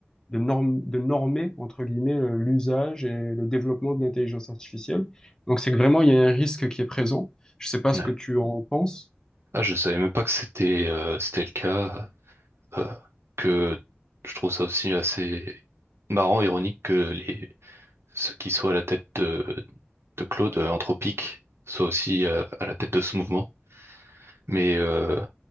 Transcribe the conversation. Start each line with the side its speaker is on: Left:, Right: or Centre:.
Left: de, norm- de normer, entre guillemets, euh, l'usage et le développement de l'intelligence artificielle. Donc c'est que vraiment, il y a un risque qui est présent. Je sais pas
Right: Ouais.
Left: ce que tu en penses.
Right: Ah, je savais même pas que c'était euh, c'était le cas. euh, que je trouve ça aussi assez marrant, ironique que les ceux qui soient à la tête de, de Claude euh, Anthropique soient aussi euh, à la tête de ce mouvement. Mais euh,